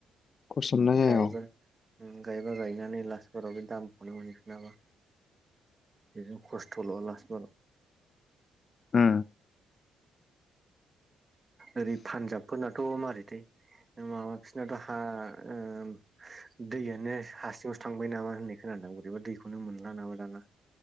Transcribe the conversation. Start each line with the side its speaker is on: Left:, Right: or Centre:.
Left: खरस मोननाय जायो
Right: गयबा उम गायबा गायनानै ला मासफोराव बे दामखौनो मोनहैफिनाबा बेजों खस्थल लासबाराव
Left: औ
Right: ओरै पान्जाबफोरनाथ मारैथाय माबा फिसोरनाथ हा--ओ दैयानो हारसिङसो थांबाय नामा होननाय खोनादों दां बिदिबा दैखौनो मोनला नामा दाना